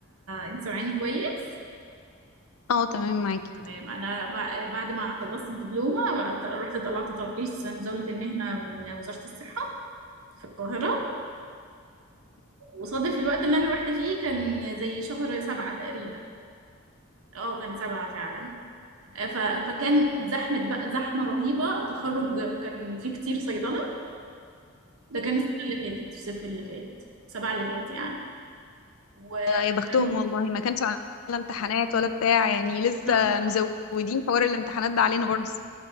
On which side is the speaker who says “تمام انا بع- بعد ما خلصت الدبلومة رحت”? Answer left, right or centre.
Right